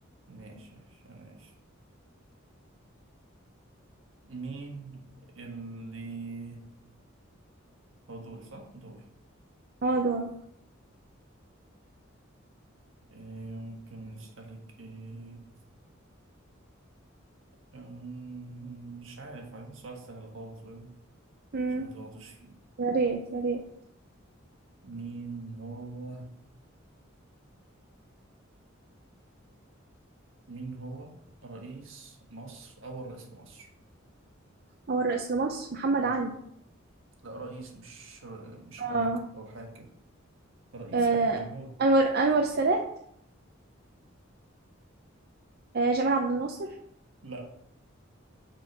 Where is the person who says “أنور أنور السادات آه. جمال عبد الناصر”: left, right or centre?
Right